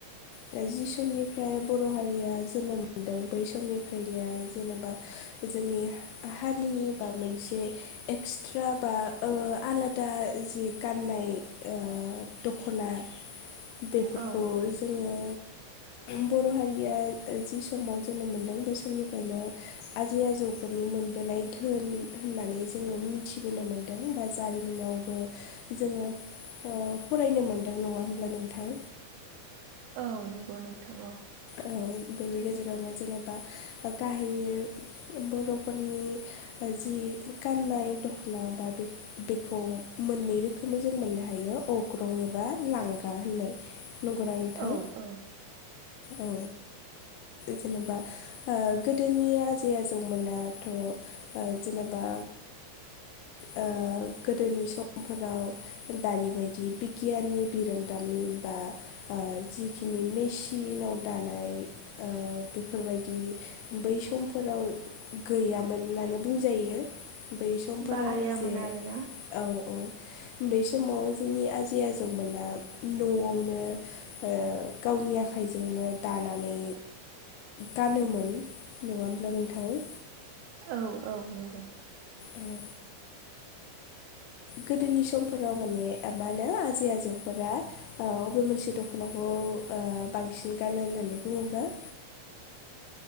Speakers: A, on the left (about 85°); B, on the right (about 80°).
A: दा जि समनिफ्राय बर' हारिया जोनोम मोनदों बै समनिफ्रायनो जेनोबा जोंनि हारिनि बा मोनसे एक्सट्रा बा उह आलादा जि गाननाय उह दख'ना।
B: <inaudible>
A: बेफोरखौ
B: औ
A: जोङो बर' हारिया जि समाव जोनोम मोनदों बे समनिफ्रायनो आजै आजौफोरनि मोनबोनाय धोन होननानै जोङो मिथिबोनो मोन दों बा जारिमिनावबो जोङो उह फरायनो मोनदों नङा होमब्ला नोंथां?
B: औ नोंगौ नोंथां औ।
A: औ बेनि गेजेरावनो जेनेबा गाहायो बर'फोरनि जि गाननाय दख'ना बा बे बेखौ मोननै रोखोमै जों मोननो हायो अग्रं एबा लांगा होननाय नंगौ ना नोंथां
B: औ औ
A: औ जेनेबा ओ गोदोनि आजै आजौमोनाथ' ओ जेनेबा ओ गोदोनि समफोराव दानि बायदि बिगियाननि बिरोंदामिन बा ओ जिखिनि मेचिनाव दानाय ओ बेफोरबायदि बै समफोराव गैयामोन होननानै बुंजायो बै समफोराव
B: बाहायामोन
A: जे औ
B: आरोना
A: औ बे समाव जोंनि आजै आजौमोना न'आवनो ओ गावनि आखाइजोंनो दानानै गानोमोन नङा होमब्ला नोंथां?
B: औ औ नोंगौ
A: औ गोदोनि समफोराव माने मा होनो आजै आजौफोरा औ अबे मोनसे दख'नाखौ उह बांसिन गानो होननानै बुङोब्ला ओ